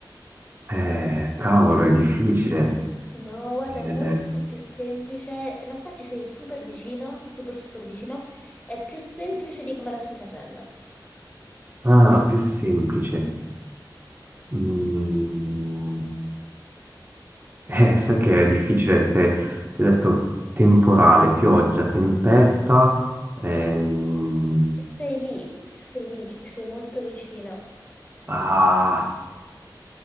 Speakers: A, on the right; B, on the left.
A: eh, cavolo, è difficile.
B: No, guarda,
A: Eh,
B: è molto più semplice. In realtà ci sei super vicino, super super vicino. È più semplice di come la stai facendo.
A: ah, più semplice. Mm, eh, sai che è difficile se ti ho detto temporale, pioggia, tempesta. ehm,
B: Sei lì, sei lì, ci sei molto vicino.
A: ah,